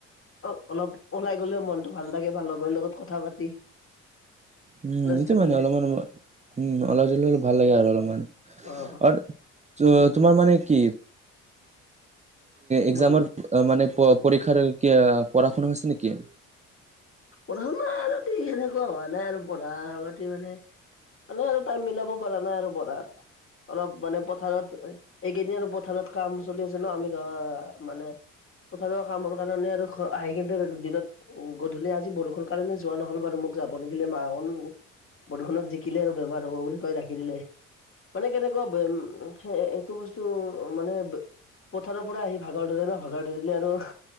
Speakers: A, on the left; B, on the right.
A: অ অলপ ওলাই গলেও মনতটো ভাল লাগে বা লগৰ লগত কথা পাতি।
B: উম
A: কলেজ
B: এইটো
A: থাকিলে
B: মানে অলপমান উম ওলাই জলে ভাল লাগে আৰু অলপমান।
A: অ অ।
B: আৰু তোমাৰ মানে কি এক্সামৰ
A: মান
B: মানে পৰীক্ষাৰ কিবা পঢ়া শুনা হৈছে নেকি?
A: পঢ়া-শুনা আৰু কি সেনেকুৱা হোৱা নাই আৰু পঢ়া পাতি মানে এনে আৰু তাই মিলাব পৰা নাই আৰু পঢ়াত, অলপ মানে পথাৰত এইকেইদিন আৰু পথাৰত কাম চলি আছে নহ, আমি গাওঁ আ মানে পথাৰৰ কামৰ কাৰণে আৰু ঘৰ আহি কিনে দিনত গধূলি আজি বৰষুণ কাৰণে যোৱা নহ'ল বাৰু মোক যাব নিদিলে, মা প্ৰদূষণত জিকিলে আৰু বেমাৰ হ'ব বুলি কয় ৰাখি দিলে। মানে কেনেকুৱা উম, এইটো বস্তু মানে পথাৰৰ পৰা আহি ভাগৰ ধৰে নহ, ভাগৰ ধৰিলে আৰু